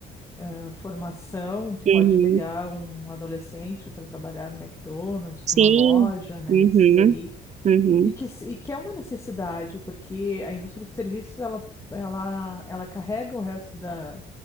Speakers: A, on the left; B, on the right.
A: eh, formação. Tu pode
B: uhum,
A: pegar um adolescente para trabalhar no McDonald's,
B: sim,
A: numa loja, né?
B: uhum,
A: Esses aí
B: uhum,
A: E que, se- e que é uma necessidade, porque a indústria de serviços, ela, ela, ela carrega o resto da...